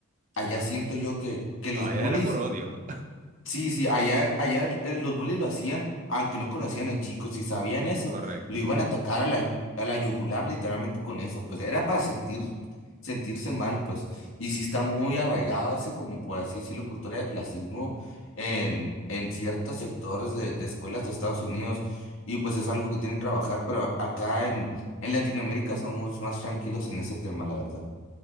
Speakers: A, on the left; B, on the right.
A: Allá
B: Ah,
A: siento
B: ok.
A: yo que, que
B: No,
A: los
B: allá
A: bullies
B: era por odio.
A: Sí, sí, allá, allá eh, los bullies lo hacían, aunque no conocían al chico, si sabían eso,
B: <laughs> Correcto.
A: lo iban a atacar a la, a la yugular literalmente con eso, pues era para sentir, sentirse mal, pues, y sí está muy arraigado ese, como por así decirlo, cultura de clasismo en, en ciertos sectores de, de escuelas de Estados Unidos, y pues es algo que tienen que trabajar, pero acá en, en Latinoamérica somos más tranquilos en ese tema, la verdad.